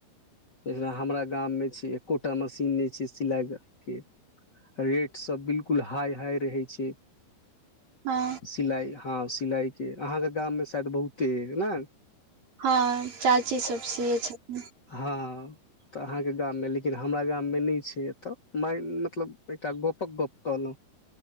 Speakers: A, on the left (about 30°); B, on the right (about 55°).
A: जेना हमरा गाममे छै एकोटा मशीन नहि छै सिलाइ के रेट सब बिल्कुल हाई हाई रहै छै
B: हँ
A: सिलाइ हँ सिलाइ के अहाँके गाममे शायद बहुते अय न
B: हँ चाची सब सियए छथिन
A: हँ तऽ अहाँके गाम मे लेकिन हमरा गाम मे नहि छै एतऽ माय मतलब एकटा गपक गप कल